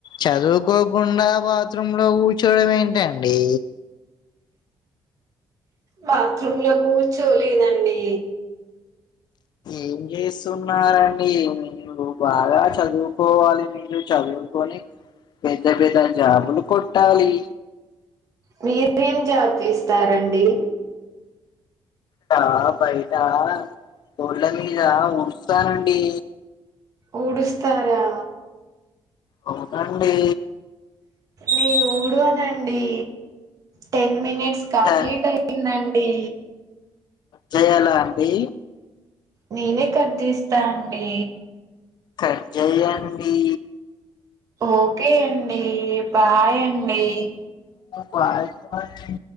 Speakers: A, on the left; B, on the right.
A: చదువుకోకుండా బాత్రూమ్ లో కూర్చోడం ఏంటండి
B: బాత్రూమ్ లో కూర్చోలేందండి
A: ఏం చేస్తున్నారండి మీరు బాగా చదువుకోవాలి మీరు చదువు కోని పెద్ద పెద్ద జాబులు కొట్టాలి
B: మీరేం జాబ్ ఇస్తారండి
A: ట బయటా రోడ్ల మీద ఉడుస్తానండి
B: ఉడుస్తారా
A: అవునండి
B: నేను ఉడ్వానండి టెన్ మినిట్స్ కంప్లీట్
A: కట్
B: అయిందండి
A: చేయాల అండి
B: నేనే కట్జెస్తా అండి
A: కట్ జేయండి
B: ఓకే అండి బాయ్ అండి
A: వాట్ రచ్చి